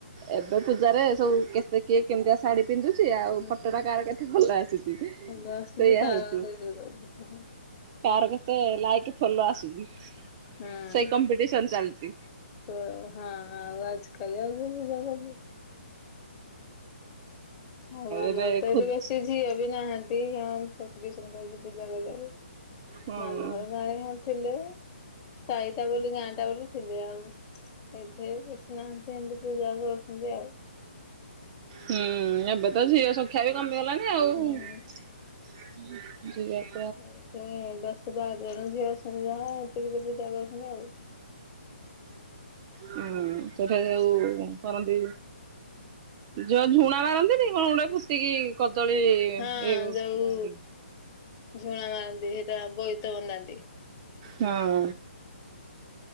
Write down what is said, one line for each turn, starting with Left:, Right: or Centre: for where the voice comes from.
Right: ଏବେ ପୂଜାରେ ସବୁ କେତେ କିଏ କେମିତିଆ ଶାଢୀ ପିନ୍ଧୁଛି ଆଉ
Left: ହୁଁ
Right: ଫଟୋଟା କାହାର କେତେ ଭଲ ଆସୁଛି ସେୟା
Left: ଭଲ ଆସୁଛି କାହାର
Right: ହେଉଛି।
Left: ହୁଁ।
Right: କାହାର କେତେ ଲାଇକି ଫଲୋ ଆସୁଛି।
Left: ହଁ
Right: ସେଇ କମ୍ପିଟିସନ ଚାଲିଛି
Left: କ ହଁ ଆଉ ଆଜି କାଲି ଆଉ କିଏ ପୂଜା କରୁଛି। ଆଉ ଆମର
Right: ଏବେ
Left: ତ
Right: ଖୁଦ
Left: ଏଠି ବେଶୀ ଝିଅ ବି ନାହାନ୍ତି ହଁ କଂପିଟିସନ କରିକି ପୂଜା କରିବାକୁ।
Right: ହୁଁ
Left: ମାମୁଁଘାର ଗାଁରେ ହଁ ଥିଲି ସାଇଟା ବୋଲି ଗାଁ ଟା ବୋଲି ଥିଲି ଆଉ ଏଠେଇ ବେଶୀନାହାନ୍ତି ଏମିତି ପୂଜା କରୁଛନ୍ତି ଆଉ।
Right: ହୁଁ ଏବେ ତ ଝିଅ ସଂଖ୍ୟା ବି କମିଗଲାଣି ଆଉ।
Left: ହୁଁ
Right: <inaudible>
Left: ଏଇଥିରେ ଦଶ ବାର ଜଣ ଝିଅ ଅଛନ୍ତି ଯାହା ଏତିକିରେ ପୂଜା କରୁଛନ୍ତି ଆଉ। <inaudible>
Right: ହୁଁ ସେଠାରେ ଯଉ କରନ୍ତି। ଯଉ ଝୁଣା ମାରନ୍ତିନି କଣ ଗୋଟେ ଫୁତିକି କଦଳୀ <unintelligible>
Left: ହଁ ଯୋଉ ଝୁଣା ମାରନ୍ତି ସେଇଟା ବୋଇତ ବନ୍ଦାନ୍ତି।
Right: ହଁ।